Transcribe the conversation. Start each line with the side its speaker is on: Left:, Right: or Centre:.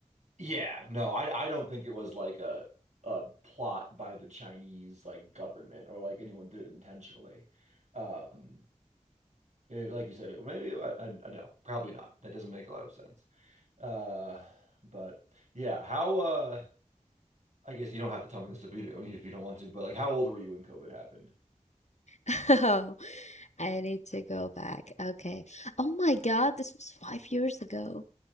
Right: Yeah. No, I I don't think it was like a a plot by the Chinese like government or like anyone did intentionally. Um, eh, like you said, it- maybe I, I, no, probably not. That doesn't make a lot of sense. Uh, but yeah, how uh I guess you don't have to tell me this if you, if you don't want to, but like how old were you when COVID happened?
Left: <laughs> Oh, I need to go back. Okay. Oh my God, this was five years ago.